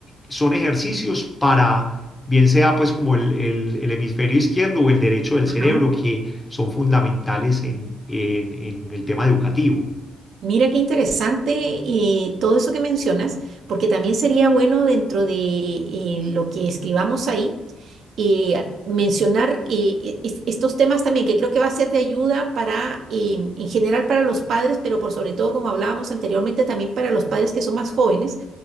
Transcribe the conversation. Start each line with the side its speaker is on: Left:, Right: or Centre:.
Left: son ejercicios para, bien sea pues como el, el- el hemisferio izquierdo o el derecho del
Right: ajá.
Left: cerebro, que son fundamentales en, en- en el tema educativo.
Right: Mira qué interesante eh, todo eso que mencionas, porque también sería bueno dentro de eh, lo que escribamos ahí y mencionar eh, es- estos temas también, que creo que va a ser de ayuda para, eh, en general para los padres, pero por sobre todo, como hablábamos anteriormente, también para los padres que son más jóvenes,